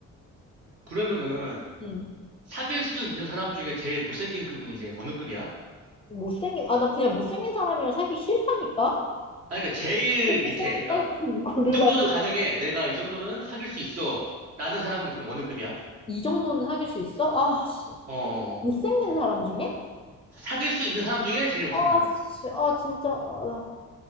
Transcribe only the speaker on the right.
그러면은
사귈 수 있는 사람 중에 제일 못생긴 그분이 이제 어느 급이야?
아니, 그러니까 제일 밑에.
그러니까
이 정도는 가능해. 내가 이 정도는 사귈 수 있어. 라는 사람은 그럼 어느 급이야?
어, 어. 어.
사귈 수 있는 사람 중에 제일 못생긴
사람.